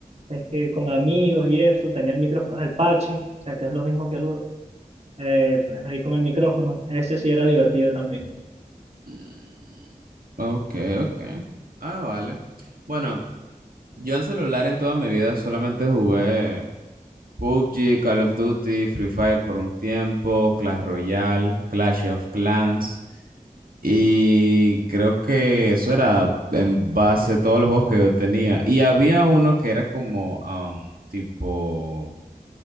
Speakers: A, on the right; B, on the right.
A: es que con amigos y eso, tenía el micrófono, el parche, o sea, que es lo mismo que el Uber, eh, pues ahí con el micrófono, ese sí era divertido también.
B: Mm, Ok, ok. Ah, vale. Bueno, yo en celular en toda mi vida solamente jugué PUBG, Call of Duty, Free Fire por un tiempo, Clash Royale, Clash of Clans. Y creo que eso era en base a todos los juegos que yo tenía. Y había uno que era como am, tipo